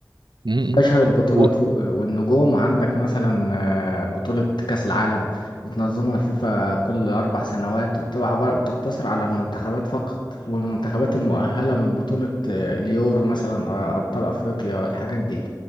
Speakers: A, on the right; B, on the left.
A: م-
B: أشهر
A: م.
B: البطولات
A: و...
B: و- والنجوم عندك مثلا آه، بطولة كأس العالم بتنظمها الفيفا كل أربع سنوات وبتبقى عبارة بتقتصر على المنتخبات فقط والمنتخبات المؤهلة من بطولة آه، اليورو مثلا آه، أبطال أفريقيا الحاجات دي